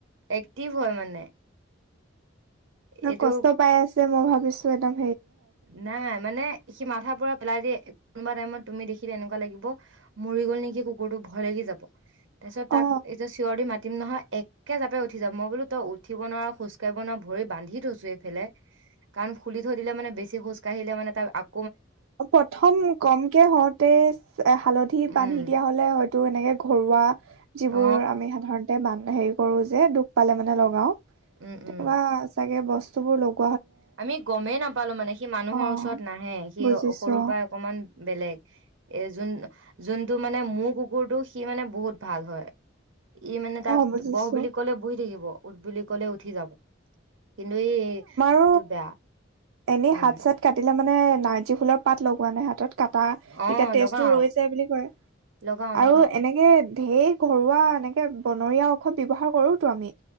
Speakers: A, on the right; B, on the right.
A: এক্টিভ হয় মানে।
B: ন
A: এইটো
B: কষ্ট পাই আছে মই ভাবিছো চো এডম
A: নাই, মানে। সি মাথাৰ পৰা পেলাই দিয়ে, কোনোবা টাইমত তুমি দেখিলে এনেকুৱা লাগিব, মৰি গ'ল নেকি কুকুৰটো ভয় লাগি যাব! তাৰপিছত তাক
B: অ
A: এই যে চিঞৰ দি মাত তিম নহয় একে জাপে উঠি যাব। মই বোলো তই উঠিব নোৱাৰ, খোজ কাঢ়িব নোৱাৰ ভৰি বান্ধি থৈছো এইফেলে, কাৰণ খুলি থৈ দিলে মানে বেছি বেছি খোজ কাঢ়িলে মানে তাৰ আক
B: প্ৰথম কমকে হওঁতে হালধি
A: উম
B: বান্ধি দিয়া হ'লে হয়তো এনেকে ঘৰুৱা, যিবোৰ
A: অ
B: আমি সাধাৰণতে মানো হেৰি কৰো যে দুখ পালে মানে লগাওঁ।
A: উম
B: তেনেকুৱা
A: উম
B: চাগে বচ বস্তু বোৰ <unintelligible>
A: আমি গমেই নাপালো মানে সি মানুহৰ
B: অ
A: ওচৰত নাহে। সিও
B: বুজিছো
A: সৰুৰ পৰাই অকমান বেলেগ। এ যোন- যোনটো মানে মোৰ কুকুৰটো সি মানে বহুত ভাল হয়। ই মানে তাক
B: অ অ বুজিছো
A: বহ বুলি কলে বহি থাকিব। উঠ বুলি কলে উঠি যাব। কিন্তু ই
B: ও
A: বেয়া
B: এনে
A: উম
B: হাত চাত কাটিলে মানে নাৰ্জী ফুলৰ পাত লগোৱা নে হাতত? কাটা। তেতিয়া
A: অ
B: তেজ
A: লগাও
B: টো ৰৈ যায় বুলি কয়
A: লগাও
B: আৰু
A: লগাও
B: এনেকে ধেৰ ঘৰুৱা এনেকে বনৰীয়া <unintelligible> ব্যৱহাৰ কৰোঁতো আমি।